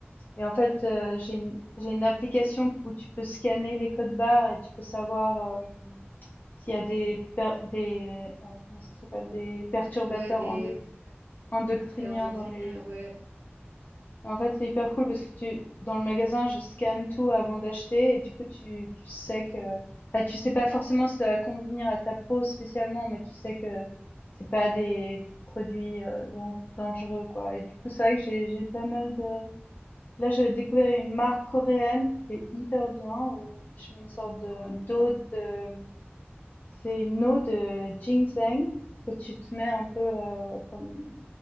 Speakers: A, on the left; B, on the right.
A: Et en fait, heu, j'ai une j'ai une application où tu peux scanner les codes barres et tu peux savoir, hem, s'il y a des per des, heu, comment ça s'appelle? Des perturbateurs
B: Ouais, des
A: endoc endocriniens
B: et endoctriniens,
A: dans les
B: ouais.
A: Et en fait, c'est hyper cool parce que tu dans le magasin, je scanne tout avant d'acheter et du coup, tu tu sais que enfin, tu sais pas forcément si ça va convenir à ta peau spécialement, mais tu sais que c'est pas des produits, heu, dan dangereux, quoi et du coup, c'est vrai que j'ai j'ai pas mal de Là, j'avais découvert une marque coréenne qui était hyper bien où je mets une sorte
B: Ah,
A: de d'eau de, c'est une eau de ginseng que tu te mets un peu euh, comme,